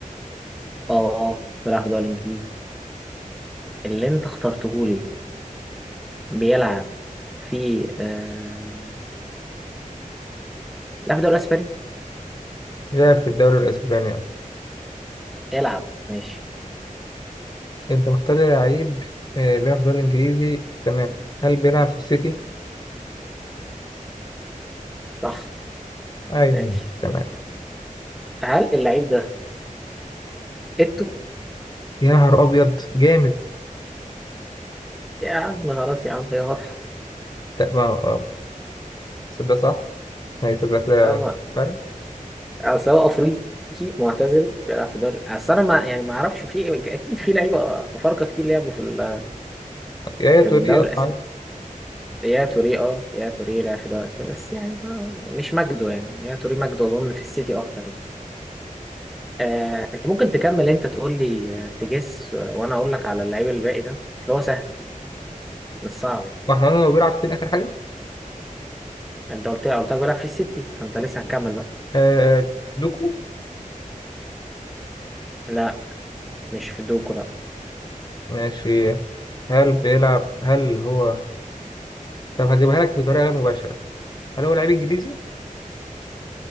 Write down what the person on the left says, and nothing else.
بيلعب في الدوري الاسباني آه.
انت مختار لي لعيب آه بيلعب في الدوري الانجليزي تمام هل بيلعب في السيتي
ايوه
تمام
يا نهار ابيض جامد
لا ما آه، صدق صح ما يصدق كده
فرق.
يا يا
توري
آه،
عادي.
ما احنا قلنا هو بيلعب فين اخر حاجه
آه دوكو
ماشي هل بيلعب هل هو طب هجيبها لك بطريقة غير مباشرة هل هو لعيب إنجليزي؟